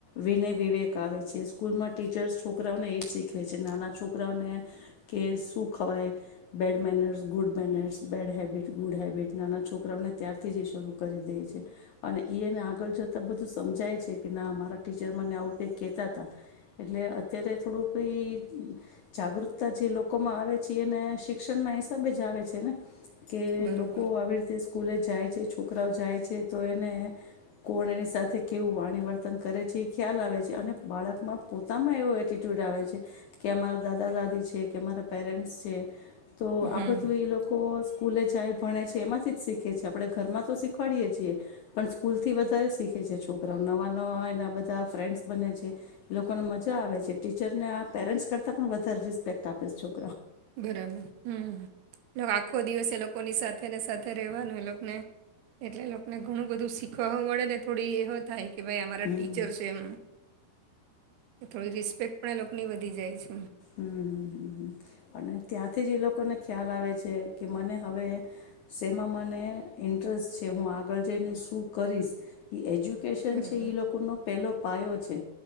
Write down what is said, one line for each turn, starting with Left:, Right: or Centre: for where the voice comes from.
Left: વિનય વિવેક આવે છે સ્કૂલમાં ટીચર્સ છોકરાઓને એ જ શીખવે છે નાના છોકરાઓને કે શું ખવાય bad manners good manners bad habit. Good habit નાના છોકરાઓને ત્યારથી જ એ શરૂ કરી દે છે અને એને આગળ જતાં બધું સમજાય છે કે ના મારા ટીચર મને આવું કંઈક કહેતા હતા એટલે અત્યારે થોડું કઈ જાગૃતતા જે લોકોમાં આવે છે એને શિક્ષણના હિસાબે જ આવે છે ને. કે
Right: બરોબર
Left: લોકો આવી રીતે સ્કૂલે જાય છે. છોકરાઓ જાય છે તો એને કોણ એની સાથે કેવું વાણી વર્તન કરે છે એ ખ્યાલ આવે છે અને બાળકમાં પોતામાં એવો એટિટ્યૂડ આવે છે કે અમારા દાદા દાદી છે કે અરા પેરેન્ટ્સ છે. તો આ
Right: હમ
Left: બધું એ લોકો. સ્કૂલે જાય ભણે છે એમાંથી જ શીખે છે આપણે ઘરમાં તો શીખવાડીએ છીએ પણ સ્કૂલથી વધારે શીખે છે છોકરાઓ નવા નવા એના બધા ફ્રેન્ડ્સ બને છે લોકોને મજા આવે છે ટીચરને આ પેરેન્ટ્સ કરતાં પણ વધારે રિસ્પેક્ટ આપે છો.
Right: બરાબર હમ આખો. દિવસે એ લોકોની સાથે ને સાથે રહેવાનું એ લોકોને એટલે એ લોકોને ઘણું બધું શીખ પડે ને થોડી એવ થાય. કે ભાઈ અમારા
Left: હમ,
Right: ટીચર્સ એમ કે થોડી રિસ્પેક્ટ. આપણે લોકોની વધધી જાય છે.
Left: હમ હમ હમ હ અને ત્યાંથી જ એ લોકોને ખ્યાલ આવે છે કે મને હવે શેમાં મને ઇન્ટરેસ્ટ છે હું આગળ જઈને શું કરીશ એ એજ્યુ. કેન
Right: બરાબર
Left: છે લોકોનો પહેલો. પાયો છે.